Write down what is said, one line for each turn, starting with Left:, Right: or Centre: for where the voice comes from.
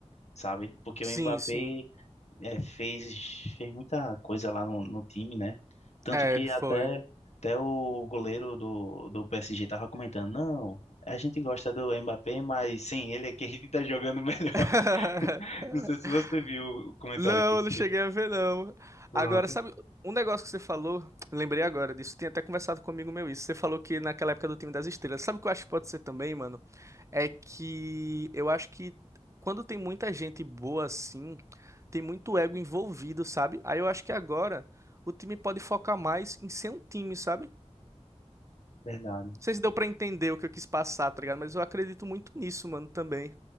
Left: sabe? Porque
Right: Sim,
Left: o Mbappé
Right: sim.
Left: é, fez, fez muita coisa lá no, no time, né? Tanto
Right: É,
Left: que
Right: foi.
Left: até, até o goleiro do, do PSG tava comentando, não, a gente gosta do Mbappé, mas sim, ele é quem <laughs> tá jogando melhor.
Right: <laughs>
Left: <laughs> Não sei se você viu o comentário
Right: Não,
Left: que ele
Right: eu não cheguei
Left: fez.
Right: a ver, não.
Left: pronto
Right: Agora, sabe, um negócio que você falou, lembrei agora disso, tinha até conversado comigo meu isso. Você falou que naquela época do time das estrelas. Sabe o que eu acho que pode ser também, mano? É que eu acho que quando tem muita gente boa assim, tem muito ego envolvido, sabe? Aí eu acho que agora o time pode focar mais em ser um time, sabe?
Left: Verdade,
Right: Não sei se deu pra entender o que eu quis passar, tá ligado? Mas eu acredito muito nisso, mano, também.